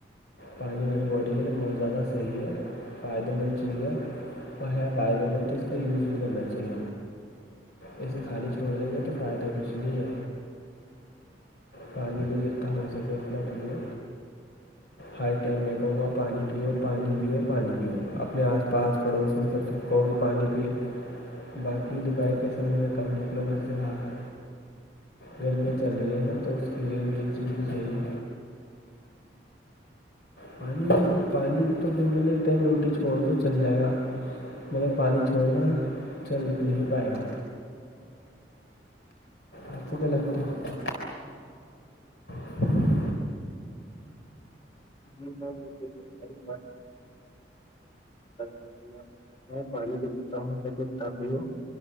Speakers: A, on the left; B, on the left.
A: پانی ہماری باڈی کے لیے بہت زیادہ صحیح ہے فائدے مند چیز ہے اور ہے فائدے مند تو اس کا یوز بھی کرنا چاہیے اسے خالی چھوڑ دیں گے تو فائدہ کچھ نہیں ہے پانی کو جتنا ہو سکے اتنا پیو ہر ٹائم میں کہوں گا پانی پیو پانی پیو پانی پیو اپنے آس پاس پڑوس میں سب سے کوی پانی پئے باقی دوپہر کے سموں میں کم نکلو گھر سے باہر گرمیاں چل رہی ہیں نا تو اس کے لیے بھی یہ چیز بھی صحیح ہے پانی پانی تو پھر مطلب ایک ٹائم روٹی چھوڑ دو چل جائے گا مگر پانی چھوڑنا چل نہیں پائے گا آپ کو کیا لگتا ہے ہ
B: جی ہاں وہ تو <inaudible> <inaudible> پانی تو جتنا ہو سکے اتنا پیو